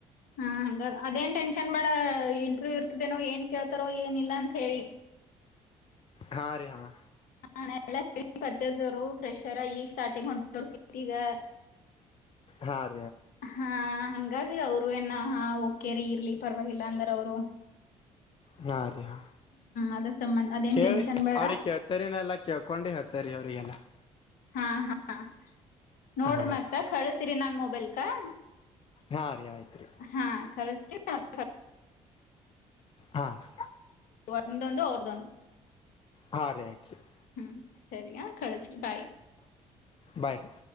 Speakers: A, on the left; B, on the left.
A: ಹಾ, ಹ, ಅದೇನ್ ಟೆನ್ಷನ್! ಬೇಡ ಇಂಟ್ರವ್ಯ್ ಇರ್ತದೇನೋ, ಏನ್ ಕೇಳ್ತಾರೋ ಏನಿಲ್ಲ ಅಂತ? <inaudible> ಹೇಳಿ? <inaudible>
B: ಹಾ, ರೀ, ಹಾ. <inaudible>
A: ನಾನೇ, ಎಲ್ಲ ಹೇಳ ಪರಿಚವರು, ಫ್ರೆಷರ್ ಈ ಸ್ಟಾರ್ಟಿಂಗ್, ಹೊಂಸತಿ ಈಗ. <unintelligible>
B: ಹಾ. <inaudible>
A: ಹಾ, ಹಂಗಾಗಿ ಅವರು! ಏನ ಕೇರಿ ಇರ್ಲಿ ಪರವಾಗಿಲ್ಲ, ಅಂದ್ರ ಅವ್ರು. <inaudible>
B: ಹಾ, ರಿ, ಹಾ,
A: ಅದ್ರ ಸಂಬಂಧ ಅದೇನ್
B: ಕೇಳಿ
A: ಟೆನ್ಷನ್ ಬೇಡ
B: ಅವ್ರಿಗೆ ಕೇಳ್ತರಿನ! ಎಲ್ಲಾ ಕೇಳ್ಕೊಂಡು ಹೇಳ್ತರಿ. <inaudible> ಕೇಳೂರಿ, ಎಲ್ಲಾ? <inaudible>
A: ಹಾ, ಹಾ, ನೋಡ್ರಿ!
B: ಹಾ
A: ಮತ್ತ
B: ರೀ
A: ಕಳ್ಸರಿ ನನ್, ಮೊಬೈಲ್ಗೆ. <inaudible>
B: ಹಾ ರೀ ಆಯ್ತು ರೀ
A: ಹಾ, ಕಳಿಸ್ತೀನಿ. <unintelligible>
B: ಹಾ. <inaudible>
A: ಒಂದೊಂದು, ಅವರುಧ್ಯೊಂಧು. <unintelligible>
B: ಹಾ, ರೀ ಆಯ್ತ್ರಿ. <inaudible>
A: ಹ್ಮ, ಸರಿಯಾ, ಕಳಿಸಿ ಬಾಯ್. <inaudible>
B: ಬೈ ರಿ. <inaudible>